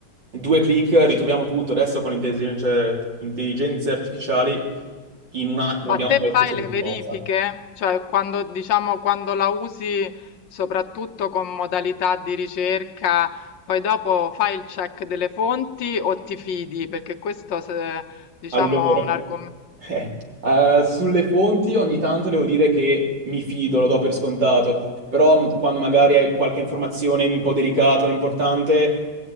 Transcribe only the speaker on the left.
Ma
te
fai
le verifiche? Cioè, quando, diciamo, quando la usi soprattutto con modalità di ricerca, poi dopo fai il check delle fonti o ti fidi? Perché questo, se- diciamo,
è
un argomento.